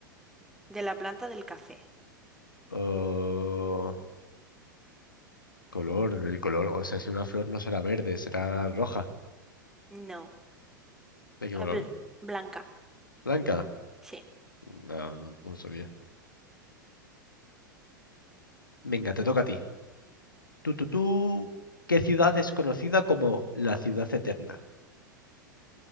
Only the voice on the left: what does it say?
Oh, color, el color, o sea, si una flor no será verde, será roja.
¿De qué
color?
¿Blanca?
No, no, no sabía. Venga, te toca a ti. Tú, tú, tú. ¿Qué ciudad es conocida como la ciudad eterna?